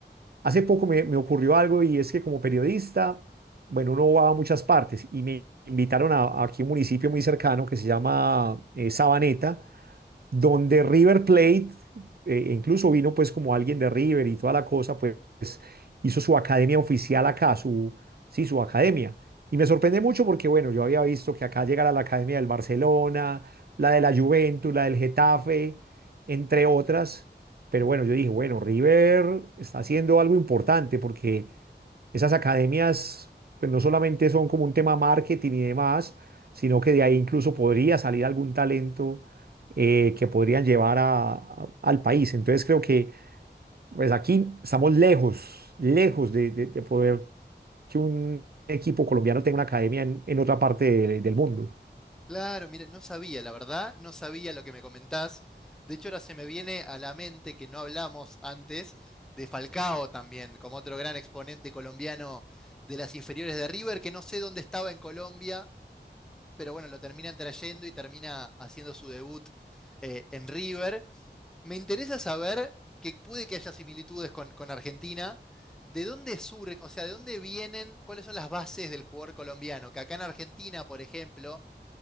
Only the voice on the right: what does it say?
hace poco me, me ocurrió algo y es que como periodista, bueno, uno va a muchas partes y me invitaron a, a aquí un municipio muy cercano que se llama eh, Sabaneta donde River Plate, eh, incluso vino pues como alguien de River y toda la cosa, pues hizo su academia oficial acá, su, sí, su academia. Y me sorprende mucho porque, bueno, yo había visto que acá llegara la academia del Barcelona, la de la Juventus, la del Getafe, entre otras. Pero bueno, yo dije, bueno, River está haciendo algo importante porque esas academias, pues no solamente son como un tema marketing y demás, sino que de ahí incluso podría salir algún talento eh, que podrían llevar a- a- al país. Entonces creo que pues aquí estamos lejos, lejos de, de- de poder que un equipo colombiano tenga una academia en, en otra parte de- del mundo,